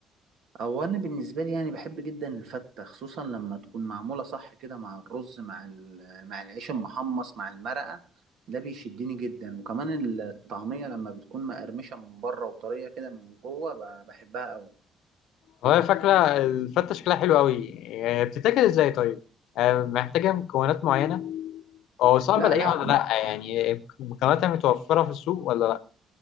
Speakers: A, on the right; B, on the left.
A: أو أنا بالنسبة لي يعني بحب جدا الفتة خصوصا لما تكون معمولة صح كده مع الرز مع ال- مع العيش المحمص مع المرقة ده بيشدني جدا وكمان الطعمية لما بتكون مقرمشة من بره وطرية كده من جوه ب- بحبها أوي
B: والله فاكرة الفتة شكلها حلو أوي يعني بتتاكل إزاي طيب؟ أه محتاجة مكونات معينة؟ أو صعب
A: لا
B: ألاقيها
A: لا
B: ولا لأ يعني مكوناتها متوفرة في السوق ولا لأ؟